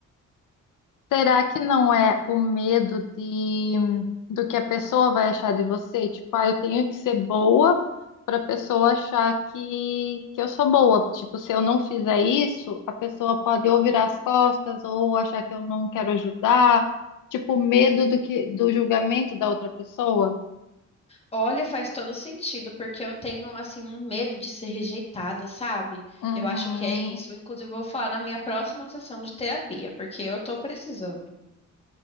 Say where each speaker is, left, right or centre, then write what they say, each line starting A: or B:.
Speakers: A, on the left; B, on the left.
A: Será que não é o medo de do que a pessoa vai achar de você? Tipo, ah, eu tenho que ser boa para a pessoa achar que, que eu sou boa. Tipo, se eu não fizer isso, a pessoa pode ou virar as costas ou achar que eu não quero ajudar. Tipo, medo do que do julgamento da outra pessoa.
B: Olha, faz todo sentido, porque eu tenho, assim, um medo de ser rejeitada, sabe?
A: Uhum.
B: Eu acho que é isso. Inclusive, eu vou falar na minha próxima sessão de terapia, porque eu tô precisando.